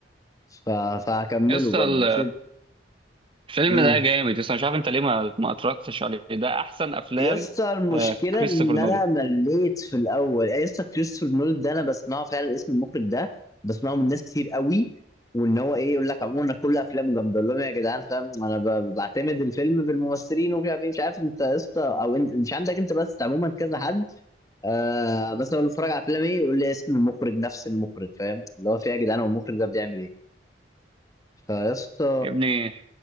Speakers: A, on the left; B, on the right.
A: ف... فهكمله
B: يا اسطى
A: برضه
B: ال-
A: مش
B: الفيلم
A: امم
B: ده جامد يا اسطى مش عارف انت ليه ما ما اتفرجتش عليه ده احسن افلام
A: يا اسطى المشكله
B: آه كريستوفر
A: ان
B: نولان
A: انا مليت في الاول يعني يا اسطى كريستوفر نول ده انا بسمعه فعلا اسم المخرج ده بسمعه من ناس كتير قوي وان هو ايه يقول لك عموما أنا كل افلامه جامده اقول لهم يا جدعان فاهم انا ب- بعتمد الفيلم بالممثلين ومش عارف ايه مش عارف انت يا اسطى او إن- مش عندك انت بس عموما كذا حد آه بس اقول له اتفرج على فيلم ايه يقول لي اسم المخرج نفس المخرج فاهم اللي هو في إيه يا جدعان هو المخرج ده بيعمل ايه فيا اسطى
B: يا ابني